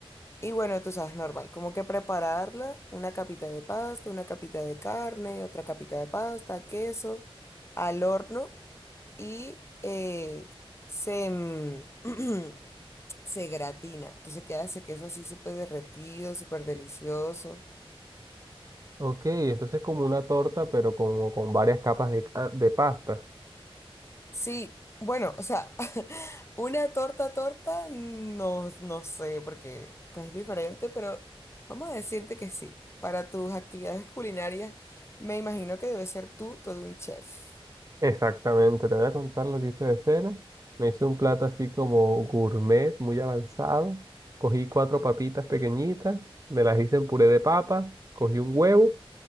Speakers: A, on the left; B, on the right.
A: Y bueno, tú sabes, normal, como que prepararla, una capita de pasta, una capita de carne, otra capita de pasta, queso, al horno y eh, se, mm, <clears throat> se gratina. Entonces queda ese queso así súper derretido, súper delicioso.
B: Ok, entonces como una torta, pero como con varias capas de, ca- de pasta.
A: Sí, bueno, o sea, <laughs> una torta torta, no, no sé, porque pues es diferente, pero vamos a decirte que sí. Para tus actividades culinarias, me imagino que debes ser tú todo un chef.
B: Exactamente, te voy a contar lo que hice de cena. Me hice un plato así como gourmet, muy avanzado. Cogí cuatro papitas pequeñitas, me las hice en puré de papa, cogí un huevo